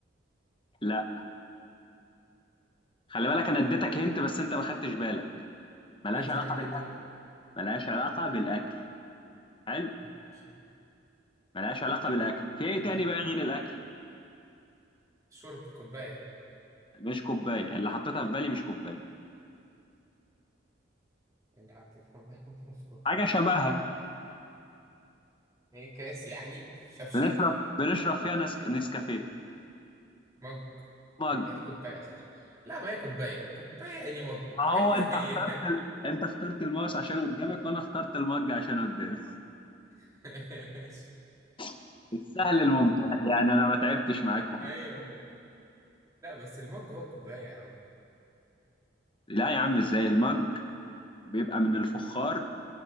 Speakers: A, on the left; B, on the right.
A: لا خلي بالك انا اديتك هنت بس انت ما خدتش بالك ملهاش
B: قول تاني
A: علاقه
B: الهند
A: بالاكل
B: كده
A: ملهاش علاقه بالاكل حلو
B: معلش
A: ملهاش علاقه بالاكل في ايه تاني
B: يعني.
A: بقى غير الاكل
B: شرب كوباية
A: مش كوبايه اللي حطيتها في بالي مش كوبايه
B: اللي حطيتها في <laughs> كوباية
A: حاجه شبهها
B: ايه كاس يعني شفشق
A: بنشرب بنشرب فيها نسك... نسكافيه
B: مج
A: مج
B: طب ما هي دي كوباية صح لا ما هي كوباية كوباية يعني مج
A: هو
B: هي
A: انت
B: هي
A: اخترت ال... انت اخترت الماوس عشان قدامك وانا اخترت المج عشان قدامي
B: <laughs> ماشي.
A: <laughs> السهل الممتنع يعني انا ما تعبتش معاك في حاجه
B: ايوه لا بس المج هو الكوباية يا عم
A: لا يا عم ازاي المج بيبقى من الفخار